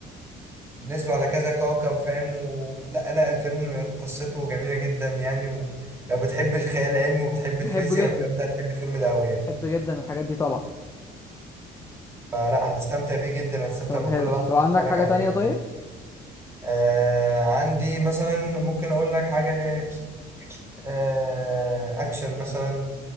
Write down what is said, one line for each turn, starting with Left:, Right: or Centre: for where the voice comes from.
Right: نزلوا على كذا كوكب فاهم و... لا لا الفيلم قصته جميلة جدا يعني ولو بتحب الخيال العلمي وبتحب
Left: بحب
Right: الفيزياء
Left: جدا
Right: والكلام ده هتحب الفيلم ده أوي يعني
Left: بحب جدا الحاجات دي طبعا
Right: فلا هتستمتع بيه جدا هتستمتع
Left: طب
Right: بكل
Left: حلو
Right: لحظة
Left: طب
Right: وأنت
Left: عندك
Right: بتتفرج
Left: حاجة
Right: عليه
Left: تانية طيب
Right: يعني. آه عندي مثلا ممكن أقول لك حاجة ل آه أكشن مثلا